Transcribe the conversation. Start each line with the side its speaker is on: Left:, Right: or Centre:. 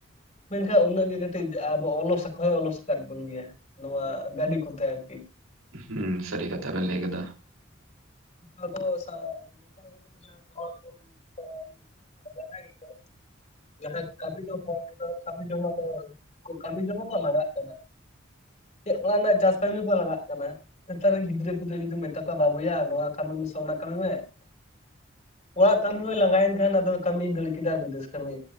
Left: ᱢᱮᱱᱠᱷᱟᱡ ᱩᱱᱟᱹᱜ ᱜᱮ ᱠᱟᱹᱴᱤᱡ ᱟᱵᱚ ᱚᱞᱚᱥ ᱟᱠᱚ ᱦᱚᱸ ᱚᱞᱚᱥ ᱟᱠᱟᱫ ᱵᱚᱱ ᱜᱮᱭᱟ᱾ ᱱᱚᱣᱟ ᱜᱟᱹᱰᱤ ᱠᱚᱛᱮ ᱟᱨᱠᱤ,
Right: ᱦᱩᱸ ᱥᱟᱹᱨᱤ ᱠᱟᱛᱷᱟ ᱵᱮᱱ ᱞᱟᱹᱭ ᱠᱟᱫᱟ᱾
Left: ᱟᱫᱚ ᱥᱟᱶ <unintelligible> ᱦᱚᱲ <unintelligible> ᱡᱟᱦᱟᱸᱭ ᱜᱮᱠᱚ, ᱡᱟᱦᱟᱸ ᱠᱟᱹᱢᱤ ᱡᱚᱝ ᱦᱚᱲ ᱠᱚᱫᱚ ᱠᱟᱹᱢᱤ ᱡᱚᱝᱟ ᱫᱚ ᱠᱟᱹᱢᱤ ᱡᱚᱝᱚᱜ ᱫᱚ ᱞᱟᱜᱟᱜ ᱠᱟᱱᱟ᱾ ᱪᱮᱫ ᱚᱱᱟ ᱨᱮᱱᱟᱜ ᱪᱟᱥ ᱠᱟᱹᱢᱤ ᱠᱚ ᱞᱟᱜᱟᱜ ᱠᱟᱱᱟ ᱱᱮᱛᱟᱨ ᱨᱮᱱ ᱜᱤᱫᱽᱨᱟᱹ ᱯᱤᱫᱽᱨᱟᱹ ᱡᱩᱫᱤ ᱢᱮᱛᱟ ᱠᱚᱣᱟ ᱵᱟᱵᱩᱭᱟ ᱱᱚᱣᱟ, ᱠᱟᱢᱤ ᱢᱮᱥᱮ ᱚᱱᱟ ᱠᱟᱹᱢᱤ ᱢᱮ, ᱚᱲᱟᱜ ᱠᱟᱹᱢᱤ ᱦᱚᱸ ᱞᱟᱸᱜᱟᱭᱮᱱ ᱠᱷᱟᱱ ᱟᱫᱚ ᱠᱟᱹᱢᱤ ᱫᱟᱹᱲ ᱠᱮᱫᱟᱭ ᱵᱤᱫᱮᱥ ᱠᱟᱹᱢᱤ᱾